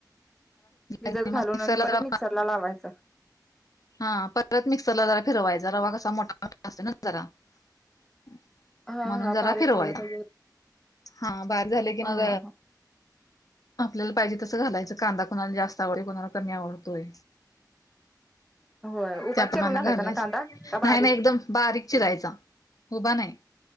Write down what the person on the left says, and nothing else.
की मग
मिक्सरला
जरा
हा परत मिक्सरला जरा फिरवायचा रवा कसा मोठा मोठा असतो ना जरा. <unintelligible>
म्हणून
जरा
फिरवायच
हा भारी झाल कि मग
आपल्याला पाहिजे तसं घालायचं कांदा कोणाला जास्त आवडे कोणाला कमी आवडतोय.
त्याता प्रमाण
घालायचं
नाही नाही एकदम बारीक चिरायचा हुबा नाय.